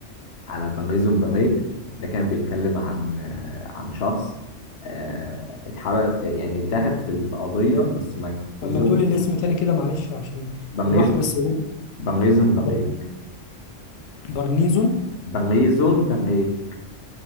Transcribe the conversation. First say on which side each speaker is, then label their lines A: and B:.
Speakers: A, on the left; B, on the left.
A: على بنغيزو بنغيك ده كان بيتكلم عن آه، عن شخص آه، اتحبس يعني اتاخد في في قضيه بس ما ك- ظلم
B: اما تقولي الاسم تاني كده معلش عشان
A: بنغيزو
B: بالراحه بس هو
A: بنغيزو بنغيك
B: بر- برنيزون
A: بنغيزو بنغيك